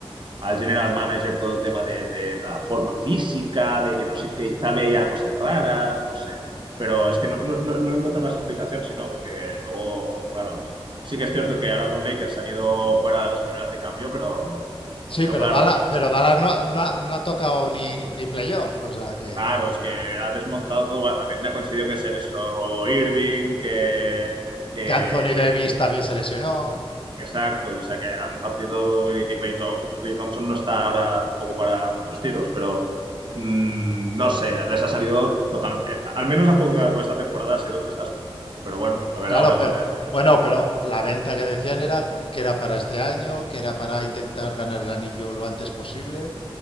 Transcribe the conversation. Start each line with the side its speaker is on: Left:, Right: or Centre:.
Right: al general manager todo el tema de, de la forma física, de que no sé qué, quizá veía cosas raras, no sé. Pero es que no, no, no no encuentro más explicación, sino porque luego, claro, sí que es cierto que ahora con Lakers han ido fuera las primeras de cambio, pero...
Left: Sí,
Right: Pero
Left: pero
Right: claro,
Left: Dallas, pero Dallas no, no, ha, no, ha tocado ni, ni playoff, o sea que,
Right: Claro, es que ha desmontado todo. Bueno, también le ha coincidido que se lesionó Irving, que, que-
Left: que Anthony Davis también se lesionó,
Right: Exacto, o sea, que era un partido y que Clay, Thom- que Klay Thompson no está ahora tampoco para muchos tiros, pero mm, no sé, les ha salido total... eh, Al menos a jugar por esta temporada ha sido un desastre. Pero bueno, a ver
Left: claro,
Right: ahora
Left: pero
Right: con el tema
Left: bueno,
Right: del...
Left: pero la venta que decían era que era para este año, que era para intentar ganar el anillo lo antes posible.